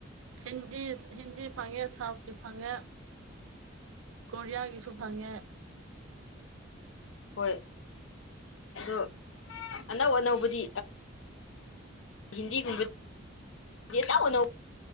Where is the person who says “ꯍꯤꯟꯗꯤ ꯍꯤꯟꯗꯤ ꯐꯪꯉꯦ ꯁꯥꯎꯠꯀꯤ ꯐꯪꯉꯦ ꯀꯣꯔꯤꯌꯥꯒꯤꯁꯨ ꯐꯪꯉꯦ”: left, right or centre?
Right